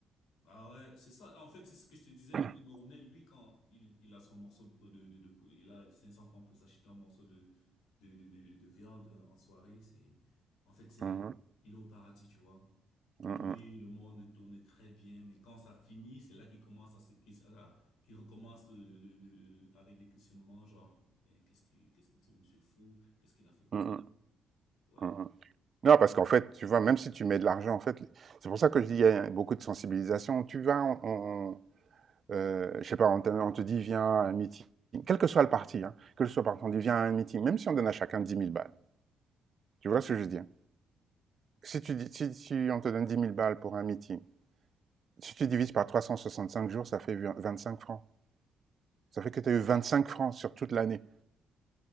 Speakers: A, on the left; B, on the right.
A: Ah ouais, c'est ça. En fait, c'est ce que je te disais,
B: <clears throat>
A: le Camerounais, lui, quand il, il a son morceau de, de, de, de- il a 500 francs pour s'acheter un morceau de, de, de, de, de- de viande euh, en soirée, c'est, en fait, c'est,
B: Mhm,
A: il est au paradis, tu vois. Pour
B: mhm,
A: lui, le monde tourne très bien, mais quand ça finit, c'est là qu'il commence à se, qu'il, à- qu'il recommence le, le- le- le- avec des questionnements, genre, mais qu'est-ce que, qu'est-ce que ce monsieur fou? Qu'est-ce qu'il a fait pour
B: mhm,
A: nous? Ouais.
B: mhm. Non, parce qu'en fait, tu vois, même si tu mets de l'argent, en fait, c'est pour ça que je dis, il y a beaucoup de sensibilisation. Tu vas, on, on- euh, je sais pas, on te, on te dit, viens à un meeting, quel que soit le parti, hein, quel que soit le parti, on dit, viens à un meeting, même si on donne à chacun dix mille balles. Tu vois ce que je veux dire? Si tu dis, si, si on te donne dix mille balles pour un meeting, si tu divises par 365 jours, ça fait 25 francs. Ça fait que tu as eu 25 francs sur toute l'année.